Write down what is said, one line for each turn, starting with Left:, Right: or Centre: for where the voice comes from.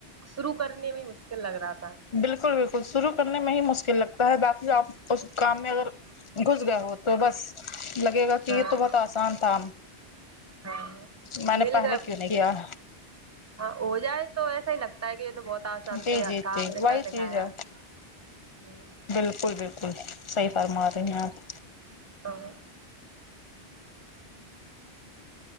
Right: شروع کرنے میں مشکل لگ رہا تھا
Left: بالکل بالکل شروع کرنے میں ہی مشکل لگتا ہے باقی آپ اس کام میں اگر گھس گیا ہو تو بس لگے گا کہ
Right: ہاں
Left: یہ تو بہت آسان تھا
Right: ہاں
Left: میں نے
Right: مل
Left: پہلے
Right: گا
Left: کیوں نہیں یار
Right: ہاں ہو جائے تو ایسا ہی لگتا ہے کہ یہ تو بہت اسان
Left: جی
Right: تھیا
Left: جی
Right: تھا
Left: جی
Right: ہم نے
Left: وہی
Right: کر دکھایا
Left: چیز ہے
Right: ہمم
Left: بالکل بالکل صحیح فرما رہی ہیں آپ
Right: اور